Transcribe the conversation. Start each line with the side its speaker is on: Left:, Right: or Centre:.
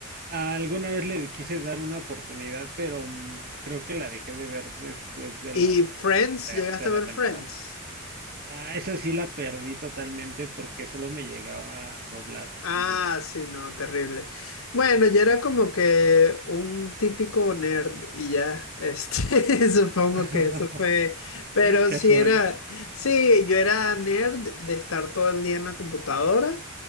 Right: Ah, Alguna vez le quise dar una oportunidad, pero mm, creo que la dejé de ver después de
Left: ¿Y
Right: la
Left: Friends?
Right: tercera
Left: ¿Llegaste a ver
Right: temporada.
Left: Friends?
Right: Ah, esa sí la perdí totalmente porque solo me llegaba doblada,
Left: Ah,
Right: sin albur.
Left: sí, no, terrible. Bueno, yo era como que un típico nerd y ya, este, <laughs> supongo
Right: <laughs>
Left: que eso fue, pero
Right: Casual.
Left: sí era, sí, yo era nerd de estar todo el día en la computadora